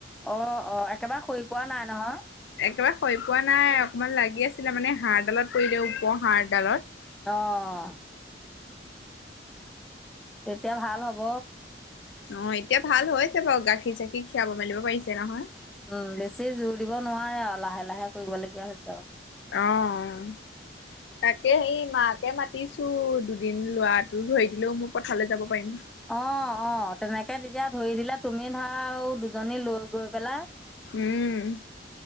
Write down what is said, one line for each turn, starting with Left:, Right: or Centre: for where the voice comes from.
Centre: অ অ একেবাৰে শুই পোৱা নাই নহয়
Left: একেবাৰে হৈ পোৱা নাই অকমান লাগি আছিলে মানে হাড়ডালত পৰিলে ওপৰ হাড়ডালত
Centre: অহ তেতিয়া ভাল হব
Left: অ এতিয়া ভাল হৈছে বাৰু গাখীৰ চাখীৰ খীৰাব মেলিব পাৰিছে নহয়
Centre: উম বেছি জোৰ দিব নোৱাৰে আৰু লাহে লাহে কৰিবলগীয়া হৈছে আৰু
Left: অহ তাকে সেই মাকে মাতিছো দুদিন লৰাটো ধৰি দিলেও মোৰ পথাললৈ যাব পাৰিম
Centre: অ অ তেনেকে তেতিয়া ধৰি দিলে তুমি ধৰা দুজনী লৈ গৈ পেলা
Left: উম